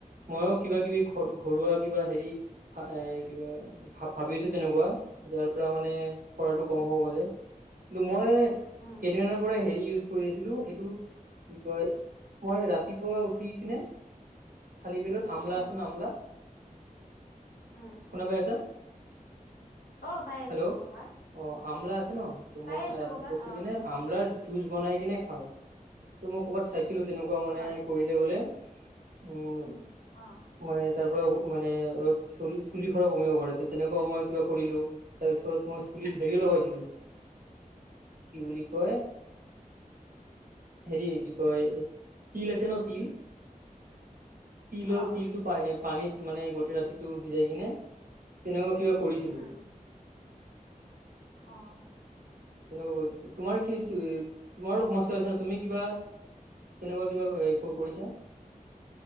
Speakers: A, on the right; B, on the left.
A: মইও কিবা কিবি ঘ-ঘৰুৱা কিবা হেৰি এ কিবা ভা-ভাবি আছো তেনেকুৱা, যাৰ পৰা মানে সৰাতটো কম
B: উম
A: হ'ব পাৰে। কিন্তু মই,
B: উম
A: কেইদিনানৰ পৰা হেৰি ইউজ কৰি আছিলোঁ, এইটো কি কয় মই ৰাতিপুৱা উঠি কিনে, খালী পেটত আমলা
B: উম
A: আছে ন' আমলা
B: উম
A: শুনা পাই আছা?
B: অ পাই
A: হেল্ল',
B: আছো কবা
A: অ, আমলা আছে ন ত'
B: পাই
A: মই
B: আছো
A: ৰাতিপোৱা
B: কবা
A: উঠি
B: অ
A: কিনে আমলাৰ জুচ বনাই কিনে খাওঁ। ত' মই ক'বাত চাইছিলো তেনেকুৱা মানে
B: হয়
A: কৰিলে বোলে উম,
B: অ
A: মানে তাৰ পৰা ও মানে অলপ চলি-চুলি সৰাও কমিব পাৰে, ত' তেনেকুৱাও মই কিবা কৰিলো, তাৰ পিছত মই চুলিত হেৰিও লগাইছিলো কি বুলি কয় হেৰি কি কয়, তিল আছে ন' তিল তিলৰ
B: অ
A: তিলটো পা-পানীত মানে গোটেই ৰাতিটো সিজাই কিনে তেনেকুৱা কিবা কৰিছিলোঁ।
B: উম অ',
A: তেনেকুৱা, তোমাৰ কি <unintelligible> তোমাৰো সমস্যা হৈছে ন' তুমি কিবা তেনেকুৱা কিবা হেৰি ক-কৰিছা?